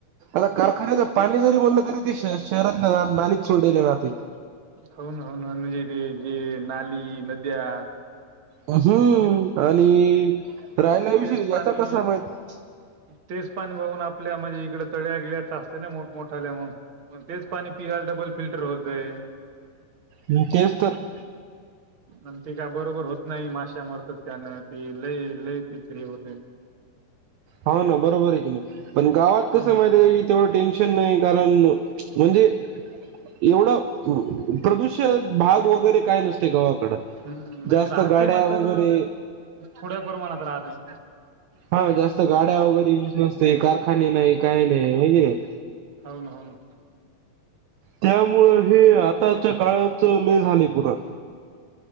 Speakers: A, on the right (about 75°); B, on the right (about 45°).
A: आता कारखान्याचा पाणी जरी बोललं तरी ते श- शहरातल्या नालीत सोडल्या जाते.
B: हो ना, हो ना म्हणजी ती जे नाली, नद्या
A: हम्म आणि राहयला विषयी
B: तेच पाणी
A: याचा कसा माहित
B: तेच पाणी वाहून आपल्या म्हणजे इकड तळ्या- गिळ्याचा असते ना मोठमोठ्याल्या म्हणून. मग तेच पाणी पियला डबल फिल्टर होतंय.
A: हम्म तेच तर.
B: आणि ती का बरोबर होत नाही माश्या मरतात त्यानं ती लई -लई तिचे हे होतय.
A: हाव ना बरोबर आहे की मग पण गावात
B: हम्म
A: कसं आहे माहितीये का तेवढं टेन्शन नाही कारण म्हणजे एवढं प्रदूषल भाग वगैरे काय नसतय गावाकडं.
B: हम्म म्हणजे
A: जास्त
B: राहते
A: गाड्या
B: मा तर
A: वगैरे
B: थोड्या प्रमाणात राहतय.
A: हा जास्त गाड्या वगैरे युज नसते कारखाने नाही काही नाही होय की नाही.
B: हाव ना, हाव ना.
A: त्यामुळं हे आताच्या काळाचा लय झालय पुरं.